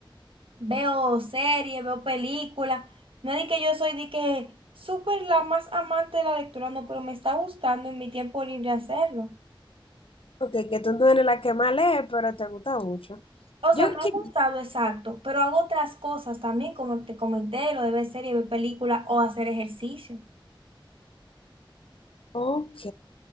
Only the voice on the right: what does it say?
veo series, veo películas, no es de que yo soy de que súper la más amante de la lectura, no, pero me está gustando en mi tiempo libre hacerlo.
O sea,
me ha
gustado, exacto, pero hago otras cosas también, como te comenté, lo de ver series, ver películas o hacer ejercicio.